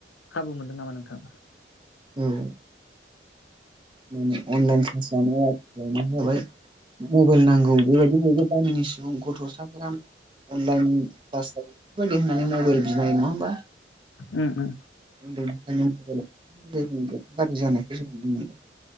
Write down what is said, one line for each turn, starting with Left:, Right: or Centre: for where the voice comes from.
Left: खाबु मोनदों नामा नोंथां?
Right: उम उम अनलाइन क्लास जानाय आथिखालाव मा जाबाय मबाइल नांगौ बेबायदि बय गामिनि सुबुं गथ'साफोरानो अनलाइन क्लास बेफोरबायदि होननानै मबाइल बिनाय नङा होमबा
Left: उम उम
Right: उन्दैनिफ्राय गाज्रि जानायखौ जों नुनो मोनबाय